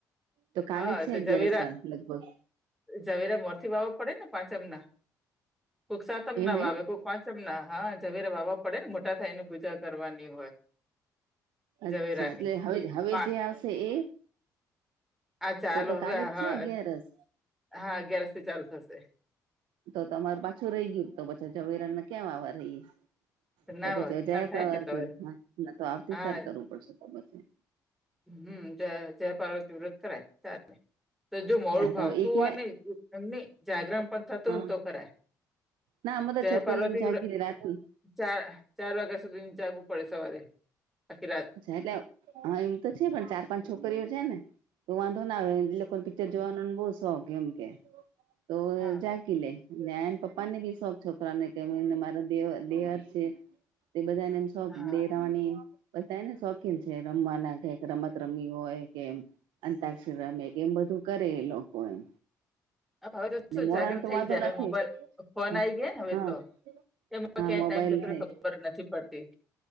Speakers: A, on the right (about 80°); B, in the centre.
A: તો કાલે
B: હા
A: છે
B: તો
A: અગિયારસ
B: જવેરા
A: લગભગ
B: ઝવેરા મોર થી વાવવા પડે ને પાંચમ ના કોુક સાતમ
A: એમ
B: ના વાવે
A: એ
B: કોુક પાંચમ ના હા ઝવેરા વાવા પડે ને મોટા થાયની પૂજા કરવાની હોય ઝવેરાની
A: અચ્છા એટલે હવે હવે
B: પા
A: જે આવશે એ
B: આ ચાલો
A: તો તો
B: હવે
A: કાલે જ છે
B: હા
A: અગિયારસ
B: હા અગિયારથી ચાલુ થશે
A: તો તમાર પાછું રહી ગયું તો પછા જઝવેરા ને કયા વવા રહીએ તો
B: ના
A: પછી હ જયા
B: ના થાય
A: <unintelligible>
B: ને તો હવે
A: તો આવતી
B: હા
A: સાલ કરવું પડશે તો પછી
B: હમ જયા જયા પાર્વતી વ્રત કરાય ચાલે તો જો મોડું
A: હા
B: ભાવતું
A: તો એ ક્યાં
B: હોય ને એમને જાગરણ પણ થતું
A: હા
B: હોયને તો કરાય
A: ના આ બધા
B: જય
A: છોકરી
B: પાર્વતી
A: એમ જાગતી
B: વ્રત
A: રહે રાતની
B: ચાર ચાર વાગ્યા સુધી જાગવું પડે સવારે આખી રાત
A: અચછા એટલે હા એમ તો છે પણ ચાર પાંચ છોકરીઓ છે ને તો વાંધો ના આવે એ લોકો ને પી ચર જોવાનો બવ શોખ એમ કે તો
B: હા
A: જા કી લે <unintelligible> એને પપ્પા ને બી શોખ છોકરા ને કે <unintelligible> મારા દેવાર દેવાર છે તે બધા ને શોખ
B: હા
A: દેરાવાણી બધા એને શોખીન છે રમવાના કઇક રમત રમી હોય કે અતાક્ષર રમે એમ બધું કરે એ લોકો એમ
B: હ હવે તો
A: ને
B: શું
A: મોડાને
B: જાગરણ
A: તો
B: થઈ
A: વાંધો
B: જાય
A: નથી
B: હવે મોબાઈલ ફોન
A: હા
B: આઈ ગયા હવે
A: હા
B: તો એમાં
A: હા
B: ક્યાંય
A: મોબાઈલ
B: ટાઈમ જતોરે
A: થાય
B: ખબર નથી પડતી